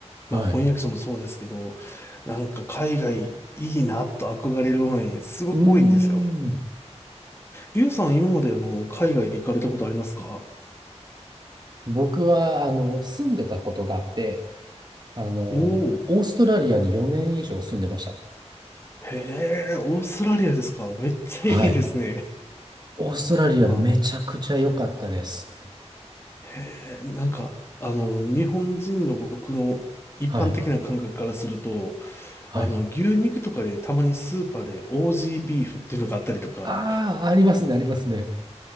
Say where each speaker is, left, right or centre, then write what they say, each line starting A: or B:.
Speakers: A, on the right; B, on the left.
A: はい。
B: まあ翻訳者もそうですけど、なんか海外いいなと憧れる場面すごく多いんですよ。
A: うーん。
B: ゆうさん今まであの海外行かれたことありますか
A: 僕は、あの、住んでたことがあって、あの、
B: おお
A: オーストラリアに4年以上住んでました。
B: ー、へえ、オーストラリアですか。めっちゃいいですね。
A: はい。オーストラリアめちゃくちゃ良かったです。
B: まあ、へえ、なんかあの日本人の僕の一般的な感覚からすると、
A: はい。はい。
B: あの牛肉とかでたまにスーパーでオージービーフっていうのがあったりとか、
A: ああ、ありますね、ありますね。